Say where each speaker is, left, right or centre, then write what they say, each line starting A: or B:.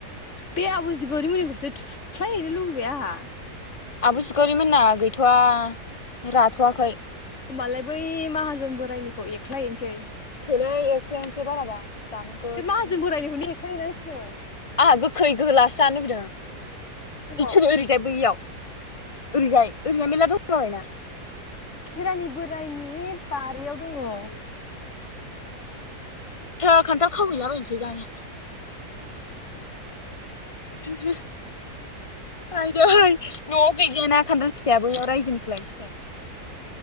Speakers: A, on the left; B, on the left.
A: बे आब'जिगरि मोननिखौसो थुख्लायहैनो लुगैबाय आहा।
B: आब' सिखावरिमोनना गैथ'वा राथ'वाखै।
A: होमबालाय बै माहाजोन बोराइनिखौ एख्लायहैसै।
B: थोलै एरख्लायनोसै बाराबा जानो गोथावनो
A: बे माहाजोन बोरायनिखौनो एख्लायहैनांसिगोन।
B: आंहा गोखै गोलासो जानो लुगैदों।
A: अबाव
B: इ थुदो ओरैजाय बैयाव ओरैजाय ओरैजाय मेला दंलाबायोना।
A: खेरानि बोराइनि बारियाव दङ।
B: थ खान्थाल खावहैलाबायनोसै जानो। <unintelligible> आयदै न'आव गैजायाना खान्थाल फिथाया बैयाव रायजोनिखौ लायनोसै थो।